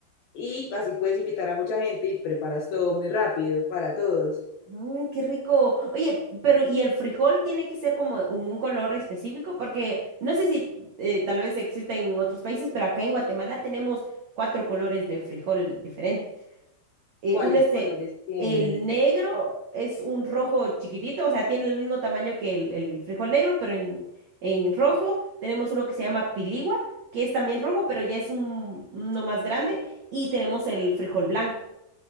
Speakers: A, on the left; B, on the right.
A: y así puedes invitar a mucha gente y preparas todo muy rápido para todos.
B: Ay, qué rico. Oye, pero ¿y el frijol tiene que ser como un, un color específico? Porque no sé si eh, tal vez exista en otros países, pero acá en Guatemala tenemos cuatro colores de frijol diferentes. Eh,
A: ¿Cuáles
B: uno es
A: colores
B: el,
A: tienen?
B: el negro, es un rojo chiquitito, o sea, tiene el mismo tamaño que el, el frijol negro, pero en, en rojo tenemos uno que se llama piligua, que es también rojo, pero ya es un, uno más grande, y tenemos el frijol blanco.